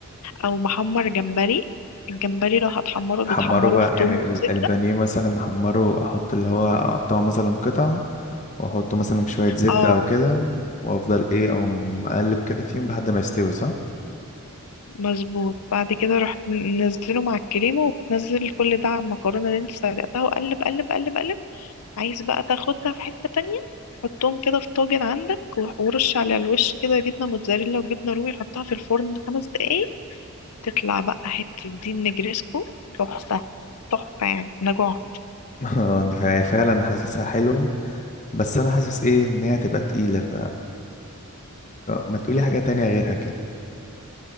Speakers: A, on the left; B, on the left.
A: او محمر جمبري الجمبري لو هتحمره
B: احمره
A: بتحمره
B: بقى
A: في
B: يعني
A: توم
B: ال-
A: وزبدة
B: البانيه مثلا احمره احط اللي هو اقطعه مثلا قطع واحطه مثلا في شوية زبدة
A: اه
B: او كده وافضل ايه او مقلب كده فيهم لحد ما يستوي صح
A: مظبوط بعد كده رحت منزله مع الكريمة وتنزل كل ده على المكرونة اللي انت سلقتها وقلب قلب قلب قلب عايز بقى تاخدها في حتة تانية حطهم كده في طاجن عندك و- ورش على الوش كده جبنة موتزاريلا وجبنة رومي حطها في الفرن خمس دقايق تطلع بقى حتة دي النجريسكو تحفة تحفة يعني أنا جوع
B: <laughs> آه، فهي فعلا حاسسها حلوة بس انا حاسس ايه ان هي تبقى تقيلة ف ما تقولي حاجة تانية غيرها كده